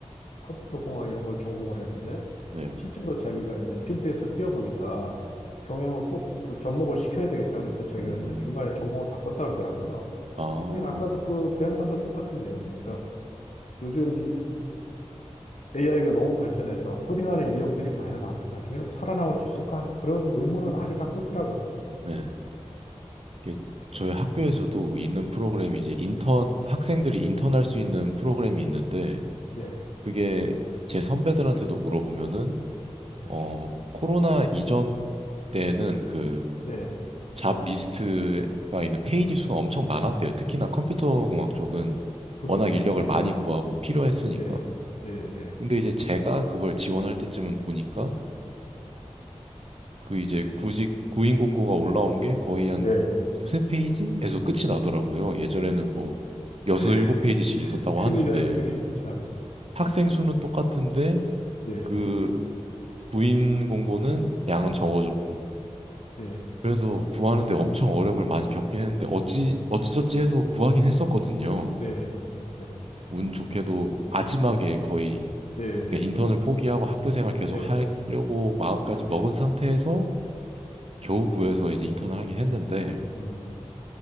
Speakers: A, on the left (about 80°); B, on the right (about 60°).
A: 컴퓨터 공학 이런 걸 전공을 했는데,
B: 네.
A: 실제로 자기가 이제 필드에서 뛰어보니까 경영을 꼭 그 접목을 시켜야 되겠다 그래서 자기가
B: 음.
A: 이제 중간에 전공을 바꿨다 그러더라고요.
B: 아,
A: 그 아까도 그, 그 양반도 똑같은 이야기예요. 그러니까 요즘 AI가 너무 발전해서 코딩하는 인력들이 과연 나- 나중에 살아남을 수 있을까 하는 그런 의문을 많이 갖고 있더라고요.
B: 네. 이게 저희 학교에서도 있는 프로그램이 이제 인턴 학생들이 인턴할 수 있는 프로그램이 있는데
A: 네,
B: 그게 제 선배들한테도 물어보면은
A: 네,
B: 어 코로나 이전 때는 그
A: 네,
B: 잡 리스트가 있는 페이지 수가 엄청 많았대요.
A: 음,
B: 특히나 컴퓨터공학 쪽은
A: 그렇죠.
B: 워낙 인력을
A: 네,
B: 많이 구하고 필요했으니까.
A: 네, 네, 네,
B: 근데 이제 제가 그걸 지원할 때쯤은 보니까 그 이제 구직 구인 공고가 올라온 게 거의 한
A: 네.
B: 두세 페이지에서 끝이 나더라고요. 예전에는 뭐 여섯
A: <laughs>
B: 일곱 페이지씩 있었다고
A: 큰일이야,
B: 하는데
A: 큰일. 참.
B: 학생 수는 똑같은데
A: 네,
B: 그 구인 공고는 양은 적어졌고
A: 네,
B: 그래서 구하는데 엄청 어려움을 많이 겪긴 했는데 어찌 어찌저찌 해서 구하긴 했었거든요.
A: 네. 그러니까, 네,
B: 운 좋게도 마지막에
A: 네,
B: 거의
A: 네, 네,
B: 예, 인턴을 포기하고 학교 생활 계속
A: 네,
B: 하려고 마음까지
A: 네.
B: 먹은 상태에서 겨우 구해서 이제 인턴을 하긴 했는데
A: 음,